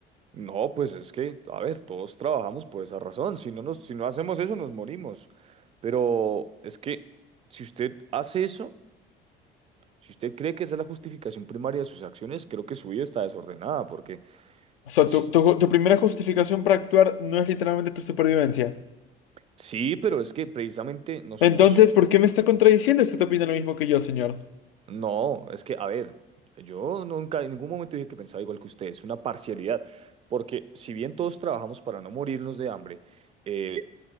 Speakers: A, on the right; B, on the left.
A: No, pues es que, a ver, todos trabajamos por esa razón. Si no nos, si no hacemos eso, nos morimos. Pero es que si usted hace eso, si usted cree que esa es la justificación primaria de sus acciones, creo que su vida está desordenada, porque
B: O sea,
A: sí,
B: tu, tu ju- tu primera justificación para actuar no es literalmente tu supervivencia.
A: sí, pero es que precisamente no somos
B: Entonces, ¿por qué me está contradiciendo? ¿Usted opina lo mismo que yo, señor?
A: No, es que, a ver, yo nunca en ningún momento dije que pensaba igual que usted, es una parcialidad, porque si bien todos trabajamos para no morirnos de hambre, eh,